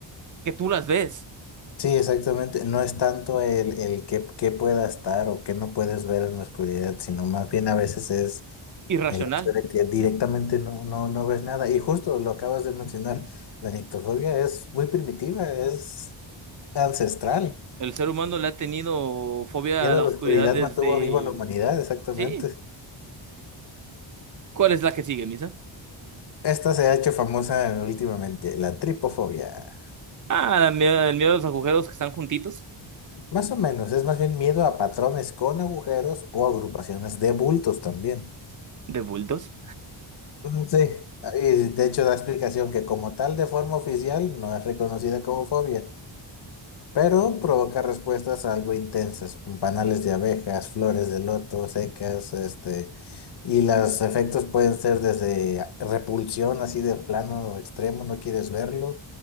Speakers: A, on the right; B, on the left.
A: que tú las ves.
B: sí, exactamente, no es tanto el, el que, que pueda estar o que no puedes ver en la oscuridad, sino más bien a veces es...
A: irracional.
B: El hecho de que directamente no, no, no ves nada. Y justo lo acabas de mencionar, la nictofobia es muy primitiva, es ancestral.
A: El ser humano le ha tenido fobia
B: Miedo
A: a la
B: a la
A: oscuridad
B: oscuridad
A: desde...
B: mantuvo viva a la humanidad, exactamente.
A: Sí, ¿cuál es la que sigue, Misa?
B: Esta se ha hecho famosa últimamente, la tripofobia.
A: Ah, la mie- el miedo a los agujeros que están juntitos,
B: Más o menos, es más bien miedo a patrones con agujeros o agrupaciones de bultos también.
A: de bultos.
B: Mm, Sí, y de hecho da explicación que como tal de forma oficial no es reconocida como fobia. pero provoca respuestas algo intensas, con panales de abejas, flores de loto, secas, este, y los efectos pueden ser desde a- repulsión, así de plano extremo, no quieres verlo,